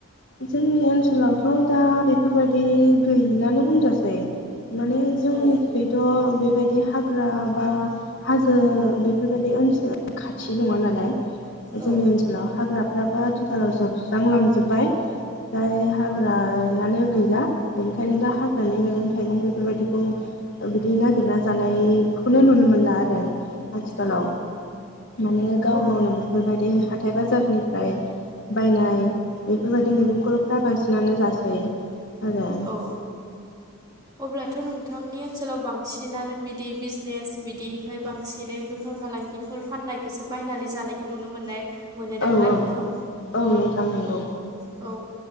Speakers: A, on the left (about 60°); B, on the right (about 20°).
A: जोंनि ओनसोलावथ' दा बेफोरबायदि गैलानो होनजासै माने जोंनिफ्रायथ'
B: औ
A: बेबायदि हाग्रा बा हाजो बेफोरबायदि ओनसोल खाथि नङा नालाय जोंनि
B: औ
A: ओनसोल आथिखालाव हाग्राफ्राबो आथिखालाव जोबस्रां लांजोब्बाय फाय हाग्रायानो गैला बेनिखायनो दा हाग्रानि मैगं थाइगं बेफोरबायदिखौ बिदि नागिरना जानायखौनो नुनो मोनला आरो आथिखालाव
B: औ
A: माने गाव
B: अब
A: गावनो बेफोरबायदि हाथाय बाजारनिफ्राय बायनाय बेफोरबायदि मैगंखौ फ्राय बांसिनानो जासै आरो
B: औ अब्लाथ' नोंथांनि ओनसोलाव बांसिनानो बिदि बिजनेस बिदिनिफ्राय बांसिनै बेफार फालांगिफोर फोर फाननायखौसो बायनानै जानायखौ नुनो मोननाय मोनोदांना
A: औ औ
B: नोंथां
A: औ नोंथां नंगौ
B: औ।